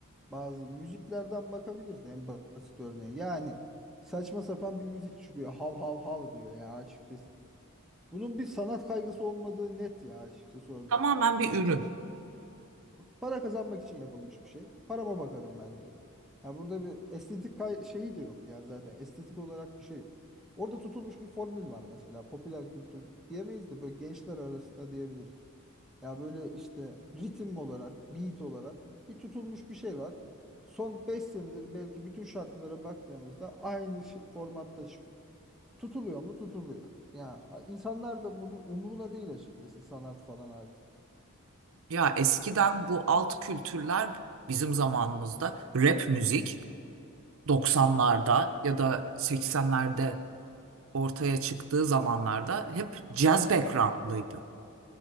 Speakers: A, in the centre; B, on the right.
A: bazı müziklerden bakabilirsin en basit örneği. Yani saçma sapan bir müzik çıkıyor. Hav hav hav diyor ya açıkçası. Bunun bir sanat kaygısı olmadığı net ya açıkçası orada.
B: Tamamen
A: Bu
B: bir ürün.
A: para Para kazanmak için yapılmış bir şey. Parama bakarım ben diyor. Ya burada bir estetik kay- şeyi de yok ya zaten. Estetik olarak bir şey yok. Orada tutulmuş bir formül var mesela. Popüler kültür diyemeyiz de böyle gençler arasında diyebiliriz. Ya böyle işte ritim olarak, beat olarak bir tutulmuş bir şey var. Son 5 senedir belki bütün şarkılara baktığımızda aynı şi- formatta çıkıyor. Tutuluyor mu? Tutuluyor. Ya insanlar da bunun umuruna değil açıkçası sanat falan artık.
B: Ya eskiden bu alt kültürler bizim zamanımızda rap müzik 90'larda ya da 80'lerde ortaya çıktığı zamanlarda hep jazz backgroundlıydı.